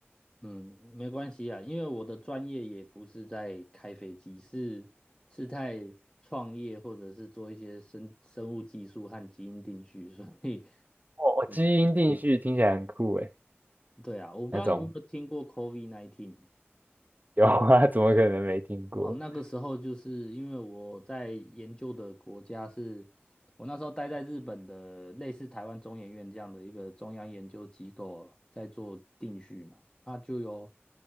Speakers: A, on the left (about 20°); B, on the right (about 40°).
A: 嗯，没关系啊，因为我的专业也不是在开飞机，是是在创业或者是做一些生生物技术和基因定序，所以
B: 哦，
A: 对啊，
B: 基因定序听起来很酷诶，
A: 对啊，我不知道你有没有听过
B: 那种
A: COVID-19。
B: 有啊，<laughs> 怎么可能没听过？
A: 哦，那个时候就是因为我在研究的国家是，我那时候待在日本的类似台湾中研院这样的一个中央研究机构，在做定序嘛，那就有